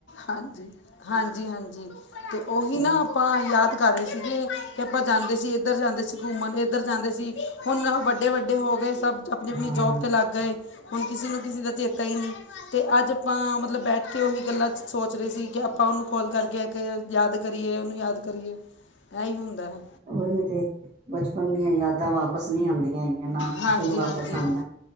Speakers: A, on the left; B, on the right.
A: ਹਾਂਜੀ ਹਾਂਜੀ ਹਾਂਜੀ, ਤੇ ਔਹੀ
B: ਹੋਰ
A: ਨਾ ਆਪਾਂ ਯਾਦ- ਘਰ ਹੀ ਸੀਗੇ ਤੇ ਆਪਾਂ ਜਾਂਦੇ ਸੀ, ਇੱਧਰ ਜਾਂਦੇ ਸੀ ਘੁੰਮਣ, ਇੱਧਰ ਜਾਂਦੇ ਸੀ, ਹੁਣ ਵੱਡੇ ਵੱਡੇ- ਵਡੇ ਹੋ ਗਏ ਸਭ, ਆਪਣੀ ਆਪਣੀ
B: ਹਾਂ-ਹਾਂ,
A: ਜੋਬ ਤੇ ਲੱਗ ਗਏ, ਹੁਣ ਕਿਸੇ ਨੂੰ ਕਿਸੇ ਦਾ ਚੇਤਾ ਹੀ ਨੀ। ਅਤੇ ਅੱਜ ਆਪਾਂ, ਮਤਲਬ ਬੈਠ ਕੇ ਉਹੀ ਗੱਲਾਂ ਸ ਸੋਚ ਰਹੇ ਸੀ ਕਿ ਆਪਾਂ ਉਹਨੂੰ ਕੋਲ ਕਰਕੇ ਆ ਕੇ ਯਾਦ ਕਰ- ਕਰੀਏ ਉਹਨੂੰ ਯਾਦ ਕਰੀਏ, ਐਹੀ ਹੁੰਦਾ ਐ।
B: ਉਹੀ ਤੇ। ਬਚਪਨ ਦੀਆਂ ਯਾਦਾਂ ਵਾਪਿਸ ਨਹੀਂ ਆਂਦੀਆਂ ਹੈਗੀਆਂ, ਨਾ ਬਚਪਨ
A: ਹਾਂਜੀ
B: ਵਾਪਿਸ
A: ਹਾਂਜੀ
B: ਆਂਦਾ।